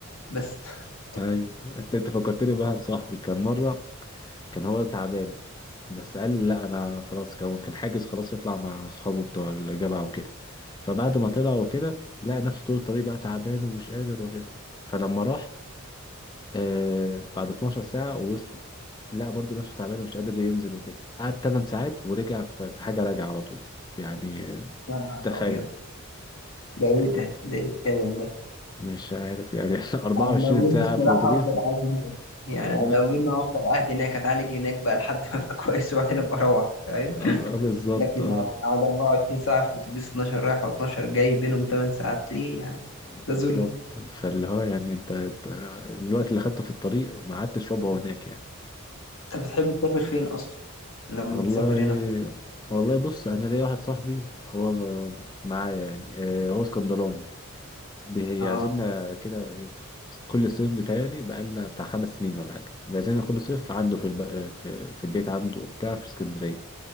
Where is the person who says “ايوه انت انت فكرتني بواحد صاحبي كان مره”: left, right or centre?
Left